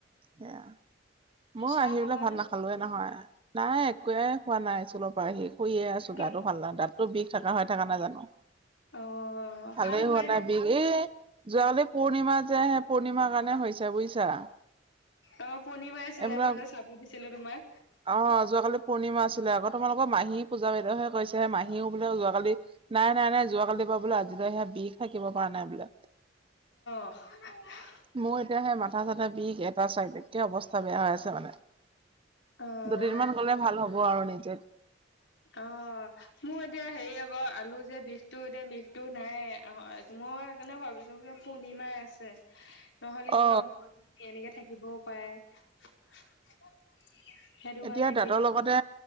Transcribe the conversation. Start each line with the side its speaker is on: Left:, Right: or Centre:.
Right: সেয়া আৰু মই
Left: চাহ
Right: আহি
Left: খালানে
Right: পেলই ভাত নাখালোৱে নহয়, নাই একোৱে খোৱা নাই স্কুলৰ পৰা আহি শুইয়ে আছো।
Left: কিয়
Right: গাটো ভাল নহয়, দাঁতো বিষ থকা হৈ থাকা নাই জানো।
Left: অ'
Right: ভালে
Left: ভাল হোৱাই
Right: হোৱা নাই বিষ, এ যোৱকালি পূৰ্ণিমা যে হে পূৰ্ণিমাৰ কাৰণে ৰনে হৈছে বুজিছা।
Left: অ পূৰ্ণিমা আছিলে
Right: এইবিলাক
Left: মই যে চাব দিছিলো তোমাক
Right: আহ যোৱাকালি পূৰ্ণিমা আছিলে আগত তোমালোকৰ মাহী পূজাবাইদেউহে কৈছে। মাহীও বোলে যোৱাকালি নাই নাই নাই যোৱাকালি পৰা বোলে আজি বিষ থাকিব পৰা নাই বোলে।
Left: <unintelligible>
Right: মোৰ এতিয়া সেই মাথা চাথা বিষ এটা চাইড একে অৱস্থা বেয়া হৈ আছে মানে।
Left: অ
Right: দুদিনমান গ'লে ভাল হ'ব আৰু নিজে।
Left: অ মোৰ এতিয়া হেৰি আকৌ আলু যে বিষটো এতিয়া বিষটো নাই আহ মই সেইকাৰণে ভাবিছোঁ কি পূৰ্ণিমাই আছে। নহলে কিবা
Right: অ
Left: মন এনেকে থাকিবও পাৰে। <unintelligible>
Right: এতিয়া দাঁতৰ
Left: বিষ
Right: লগতে